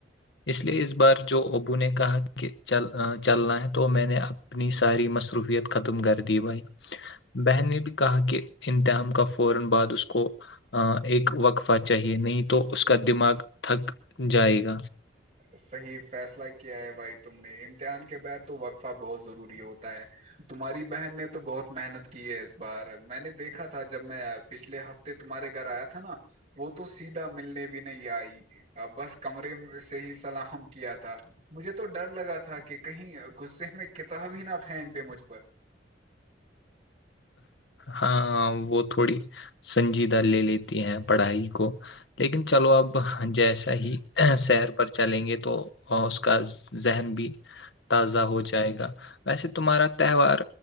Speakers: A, on the left; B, on the right.
A: اس لیے اس بار جو اوبو نے کہا کہ کہ چل چلنا ہے تو میں نے اپنی ساری مصروفیت ختم کر دی بھائی بہن نے بھی کہا کہ اتحام کا فورا بعد اس کو ایک وقفہ چاہیے نہیں تو اس کا دماغ تھک جائے گا
B: صحیح فیصلہ کیا ہے بھائی تم نے امتحان کے بعد تو وقفہ بہت ضروری ہوتا ہے تمہاری بہن نے تو بہت محنت کی ہے اس بار میں نے دیکھا تھا جب میں پچھلے ہفتے تمہارے گھر آیا تھا نا وہ تو سیدھا ملنے بھی نہیں آئی بس کمرے سے ہی سلحم کیا تھا مجھے تو ڈر لگا تھا کہ کہیں غصے میں کتاب ہی نہ پھینک دے مجھ پر
A: ہاں وہ تھوڑی سنجیدہ لے لیتی ہیں پڑھائی کو لیکن چلو اب جیسا ہی سیر پر چلیں گے تو اور اس کا ذہن بھی تازہ ہو جائے گا ویسے تمہارا تہوار